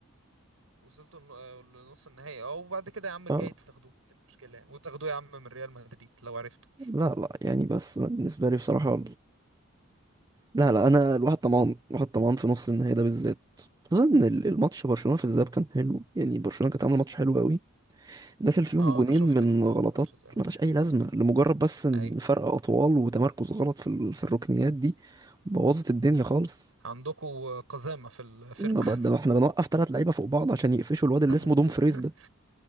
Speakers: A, on the right; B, on the right.
A: وصلتوا الن- آه، لنص النهائي اه وبعد كده يا عم الجاي
B: اه
A: تاخدوه ايه المشكلة يعني وتاخدوه يا عم من ريال مدريد لو عرفتوا
B: لا لا يعني بس أنا بالنسبه لي بصراحه لا لا انا الواحد طمعان الواحد طمعان في نص النهائي ده بالذات خصوصا ان ال- الماتش برشلونه في الذهاب كان حلو يعني برشلونه كانت عامله ماتش حلو قوي داخل فيهم
A: اه
B: جونين
A: انا شفت
B: من
A: الماتش
B: غلطات
A: ازاي
B: ملهاش أي لازمة لمجرد بس إن
A: ايوه
B: فرق أطوال وتمركز غلط في, ال... في الركنيات دي بوظت الدنيا خالص
A: عندكوا قزامة في الفرقة
B: ما بقى ده احنا بنوقف تلات لعيبة فوق بعض عشان يقفشوا الواد اللي
A: <laughs>
B: اسمه دوم فريز ده